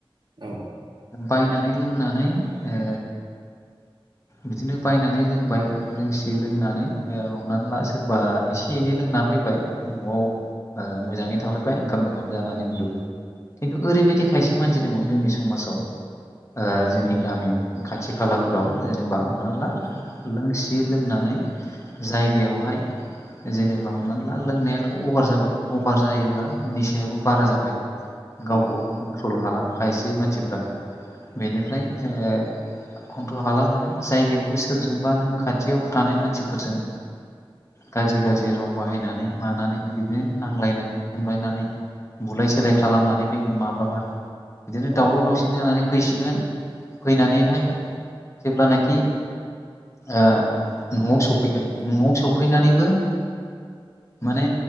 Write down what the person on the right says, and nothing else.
औ
औ
औ